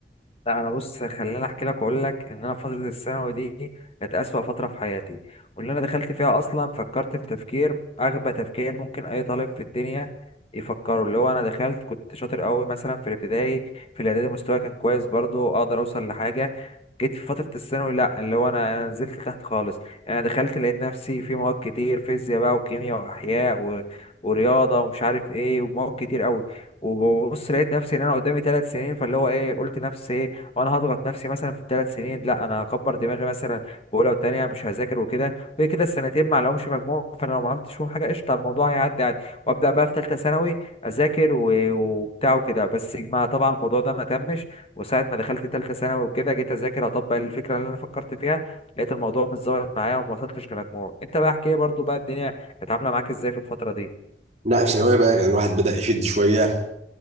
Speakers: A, on the left (about 35°); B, on the right (about 40°).
A: لا انا بص خليني احكي لك واقول لك ان انا فتره الثانوي دي كانت اسوأ فتره في حياتي وان انا دخلت فيها اصلا فكرت في تفكير اغبى تفكير ممكن اي طالب في الدنيا يفكره اللي هو انا دخلت كنت شاطر قوي مثلا في الابتدائي في الاعدادي مستواي كان كويس برضو اقدر اوصل لحاجه جيت في فتره الثانوي لا اللي هو انا أنا نزلت تحت خالص انا دخلت لقيت نفسي في مواد كتير فيزياء بقى وكيمياء واحياء و... ورياضه ومش عارف ايه ومواد كتير قوي وببص لقيت نفسي ان انا قدامي ثلاث سنين فاللي هو ايه قلت نفسي ايه وانا هضغط نفسي مثلا في الثلاث سنين لا انا هكبر دماغي مثلا في اولى وثانيه مش هذاكر وكده وكده كده السنتين ما لهمش مجموع فانا لو ما عملتش فيهم حاجه قشطه الموضوع هيعدي عادي وابدا بقى في ثالثه ثانوي اذاكر و- وبتاع وكده بس ما طبعا الموضوع ده ما تمش وساعه ما دخلت ثالثه ثانوي وكده جيت اذاكر اطبق الفكره اللي انا فكرت فيها لقيت الموضوع مش ظابط معايا وما وصلتش لمجموع انت بقى احكي لي برضو بقى الدنيا كانت عامله معاك ازاي في الفتره دي
B: لا في ثانوية بقى كان الواحد بدأ يشد شوية